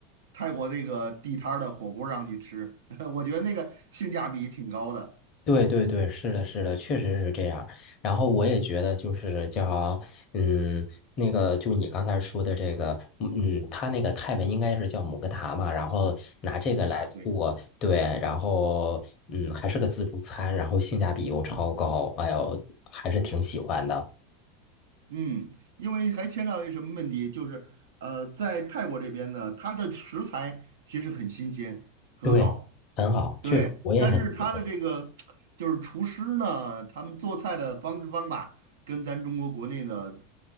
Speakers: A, on the right (about 70°); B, on the left (about 45°).
A: 泰国这个地摊儿的火锅上去吃，<laughs> 我觉得那个性价比挺高的。
B: 对，对，对，是的，是的，确实是这样。然后我也觉得，就是叫，嗯，那个，就你刚才说的这个，嗯，他那个泰文应该是叫姆格塔嘛，然后拿这个来做，
A: 穆克塔，对，
B: 对，然后，嗯，还是个自助餐，然后性价比又超高，哎呦，还是挺喜欢的。
A: 嗯，因为还牵扯到一什么问题，就是呃，在泰国这边呢，它的食材其实很新鲜，很好。
B: 对，很好，
A: 对，
B: 确实我也很喜欢。
A: 但是他的这个就是厨师呢，他们做菜的方式方法跟咱中国国内的，